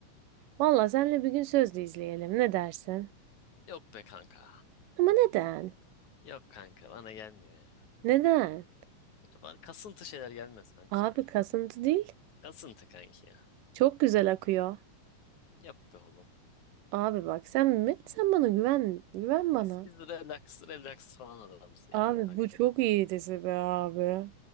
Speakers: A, on the right; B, on the left.
A: Valla senle bir gün sözlü izleyelim. Ne dersin?
B: Yok be kanka.
A: Ama neden?
B: Yok kanka bana gelmiyor ya. Ya
A: Neden?
B: Bana kasıntı şeyler gelmez kanki
A: Abi
B: ya.
A: kasıntı değil.
B: Kasıntı kanki ya.
A: Çok güzel akıyor.
B: Yok be oğlum.
A: Abi bak sen mi? Sen bana güven. Güven bana.
B: Biz biz relax relax falan adamız ya
A: Abi
B: kanka.
A: bu çok iyi dizi be abi.